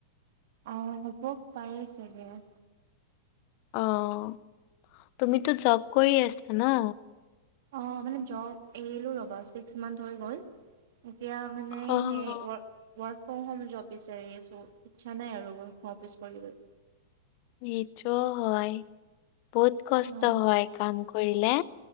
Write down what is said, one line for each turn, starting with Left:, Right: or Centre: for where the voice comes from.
Right: অ হ'ব পাৰেই চাগে অ'
Left: অ' তুমিতো জব কৰি আছা ন?
Right: অ' মানে জব এৰিলো ৰবা ছিক্স মান্থ হৈ গ'ল এতিয়া। মানে
Left: অ'
Right: সেই ৱৰ ৱৰ্ক ফ্ৰম হোম জব বিচাৰি আছো ইচ্ছা নাই আৰু ৱৰ্ক ফ্ৰম অফিচ কৰিবলৈ।
Left: সেইটো হয় বহুত কষ্ট
Right: অ
Left: হয় কাম কৰিলে।